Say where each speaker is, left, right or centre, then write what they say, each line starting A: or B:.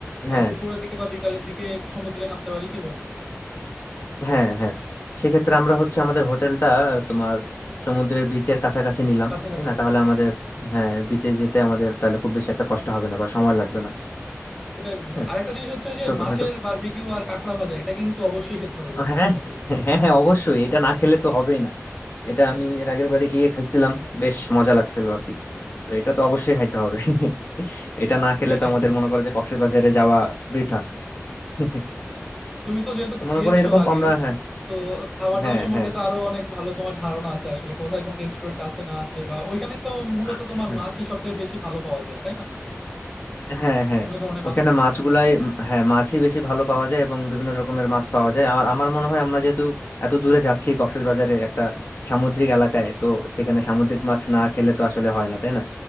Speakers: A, on the left; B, in the centre.
A: হ্যাঁ
B: আহ, দুপুরের দিকে বা বিকালের দিকে সমুদ্রে নামতে পারি কি বলো
A: হ্যাঁ হ্যাঁ সেক্ষেত্রে আমরা হচ্ছে আমাদের হোটেলটা আহ, তোমার সমুদ্রের বিচের কাছাকাছি নিলাম
B: কাছাকাছি
A: তাই না তাহলে
B: হ্যাঁ
A: আমাদের হ্যাঁ বিচে যেতে আমাদের তাহলে খুব বেশি একটা কষ্ট হবে না বা সময় লাগবে না
B: এটাই বন্ধু
A: হ্যাঁ
B: আরেকটা জিনিস হচ্ছে যে
A: তো
B: মাছের
A: হ্যাঁ তো-
B: বারবিকিউ আর কাঁকড়া ভাজা এটা কিন্তু অবশ্যই খেতে হবে বন্ধু
A: হ্যাঁ
B: কি বলো এখানে
A: হ্যাঁ হ্যাঁ, অবশ্যই এটা না খেলে তো হবেই না এটা আমি এর আগের বারে গিয়ে খাইছিলাম বেশ মজা লাগছিল আর কি তো এটা তো অবশ্যই খাইতে হবে <laughs> এটা না খেলে
B: সেটাই
A: তো আমাদের মনে করে যে কক্সবাজারে যাওয়া বৃথা <laughs>
B: তুমি তো যেহেতু
A: তো মনে
B: গিয়েছো
A: করে এরকম
B: আগেও
A: আমরা হ্যাঁ
B: তো খাবার
A: হ্যাঁ
B: দাবার সম্পর্কে
A: হ্যাঁ
B: তো আরো অনেক ভালো তোমার ধারণা আছে আসলে কোথায় কোন রেস্টুরেন্ট আছে না আছে বা ওইখানে তো মূলত
A: আচ্ছা
B: তোমার মাছই সব থেকে বেশি ভালো পাওয়া যায় তাই না
A: হ্যাঁ হ্যাঁ
B: বিভিন্ন ধরনের মাছ
A: ওখানে
B: পাওয়া
A: মাছগুলাই
B: যায়
A: উম, হ্যাঁ মাছই বেশি ভালো পাওয়া যায় এবং বিভিন্ন রকমের মাছ পাওয়া যায় আমার আমার মনে হয় আমরা যেহেতু এত দূরে যাচ্ছি কক্সবাজারে একটা সামুদ্রিক এলাকায় তো সেখানে সামুদ্রিক মাছ না খেলে তো আসলে হয় না তাই না